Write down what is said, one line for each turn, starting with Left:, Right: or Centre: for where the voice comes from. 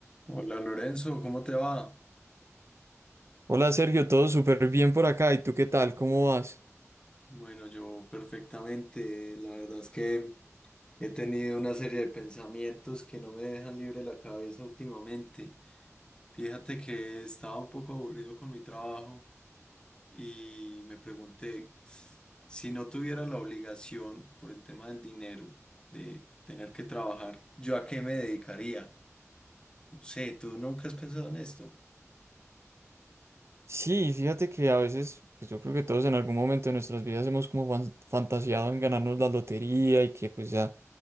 Left: Hola Lorenzo, ¿cómo te va?
Right: Hola Sergio, todo súper bien por acá. ¿Y tú qué tal? ¿Cómo vas?
Left: Bueno, yo perfectamente. La verdad es que he tenido una serie de pensamientos que no me dejan libre la cabeza últimamente. Fíjate que estaba un poco aburrido con mi trabajo y me pregunté si no tuviera la obligación por el tema del dinero de tener que trabajar, ¿yo a qué me dedicaría? No sé, ¿tú nunca has pensado en esto?
Right: Sí, fíjate que a veces, pues yo creo que todos en algún momento de nuestras vidas hemos como fan- fantaseado en ganarnos la lotería y que pues ya